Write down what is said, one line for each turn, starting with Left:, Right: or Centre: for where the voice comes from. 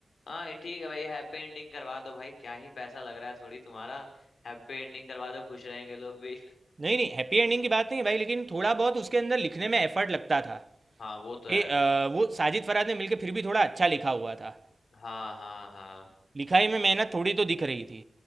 Left: हाँ ये ठीक है भाई हैप्पी एंडिंग करवा दो भाई क्या ही पैसा लग रहा है थोड़ी तुम्हारा हैप्पी एंडिंग करवा दो खुश रहेंगे लोग भी
Right: नहीं नहीं हैप्पी एंडिंग की बात नहीं है भाई लेकिन थोड़ा बहुत उसके अंदर लिखने में एफर्ट लगता था
Left: हाँ वो तो
Right: कि
Left: है
Right: अ, वो साजिद फराज ने मिलके फिर भी थोड़ा अच्छा लिखा हुआ था
Left: हाँ हाँ हाँ
Right: लिखाई में मेहनत थोड़ी तो दिख रही थी